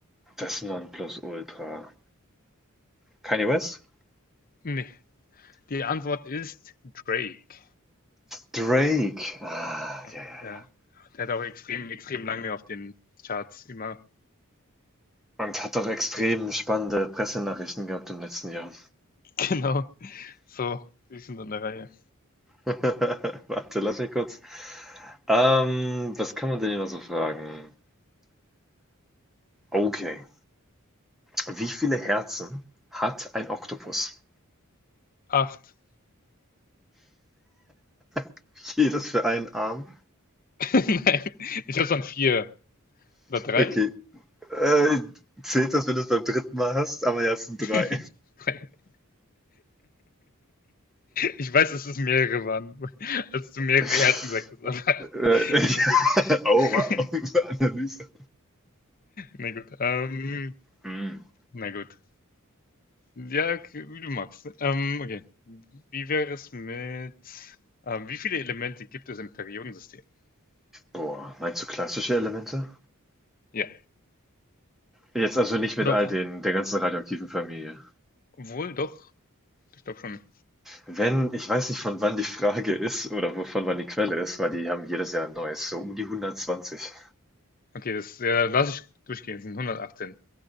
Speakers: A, in the centre; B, on the left.
A: das Nonplusultra? Kanye West?
B: Nee. Die Antwort ist Drake.
A: Drake. Ah,
B: Ja.
A: ja, ja.
B: ja.
A: ja.
B: Der hat auch extrem, extrem lange auf den Charts immer.
A: Und hat doch extrem
B: So.
A: spannende Pressenachrichten gehabt im letzten Jahr.
B: Genau. So. Die sind an der Reihe.
A: <laughs> Warte, lass mich kurz. Ähm, was kann man denn hier noch so fragen? Okay. Wie viele Herzen hat ein Oktopus?
B: Acht.
A: <laughs> Jedes für einen Arm.
B: <laughs> Nein. Ich hab's an vier. Oder drei?
A: Okay. Äh, zählt das, wenn du es beim dritten Mal hast? Aber ja, es sind
B: <laughs>
A: drei.
B: Drei. <laughs> Ich weiß, dass es mehrere waren, als du mehrere
A: <laughs>
B: Herzen gesagt hast, aber
A: Äh,
B: <laughs> na gut.
A: <laughs> oh,
B: <laughs>
A: wow. <laughs> Analyse.
B: Na gut. Ähm,
A: Hm.
B: na gut. Ja, okay, wie du magst. Ähm, okay. Wie wäre es mit, ähm, wie viele Elemente gibt es im Periodensystem?
A: Boah, meinst du klassische Elemente?
B: Ja.
A: Jetzt also nicht mit
B: Oder
A: all
B: wo,
A: den, der ganzen radioaktiven Familie.
B: wohl doch? Ich glaube schon.
A: Wenn, ich weiß nicht, von wann die Frage ist oder wo- von wann die Quelle ist, weil die haben jedes Jahr ein neues, so um die 120.
B: Okay, das ja, lass ich durchgehen. Es sind 118.